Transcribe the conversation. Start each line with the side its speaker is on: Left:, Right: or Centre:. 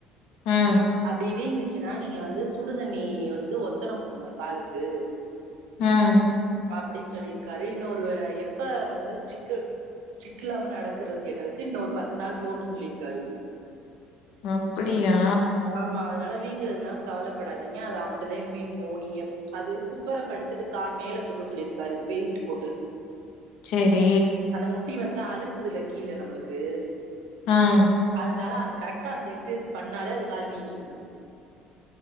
Left: அ
Right: அப்டி வீங்குச்சுன்னா நீங்க வந்து சுடு தண்ணி வந்து ஒத்தணம் குடுங்க காலுக்கு
Left: அ
Right: அப்டின்னு சொல்லியிருக்காரு இன்னொரு எப்ப வந்து ஸ்டிக்கு ஸ்டிக் இல்லாம நடக்கறது கேட்டதுக்கு இன்னு ஒரு பத்து நாள் போட்டுன்னு சொல்லிருக்காரு
Left: அப்டியா
Right: ஆமா அதனால வீங்குறதெலா கவலப்படாதீங்க அது அப்டிதா வீங்கு நீ எப் அது குப்பர படுத்துட்டு கால் மேல தூக்க சொல்லியிருக்காரு வெயிட்டு போட்டு
Left: சேரி
Right: அந்த முட்டி வந்து அழுத்துது இல்ல கீழ நம்மளுக்கு
Left: அ
Right: அதனால அந்த கரெக்டா அந்த எக்சசைஸ் பண்ணாலே அது கால் வீங்கிருது